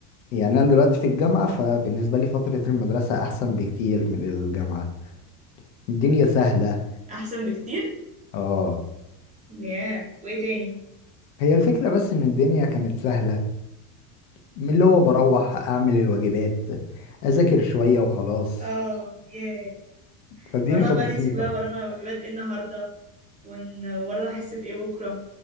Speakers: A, on the left; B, on the right.
A: يعني أنا دلوقتي في الجامعة فبالنسبة لي فترة المدرسة أحسن بكتير من الجامعة الدنيا سهلة
B: أحسن بكتير
A: اه
B: ياه وإيه تاني
A: هي الفكرة بس إن الدنيا كانت سهلة من اللي هو بروح أعمل الواجبات أذاكر شوية وخلاص
B: آه ياه
A: فالدنيا
B: كنا نقعد
A: كانت
B: بقى
A: بسيطة
B: نمسك بقى ورانا واجبات إيه النهاردة ون... ورانا حصة إيه بكرة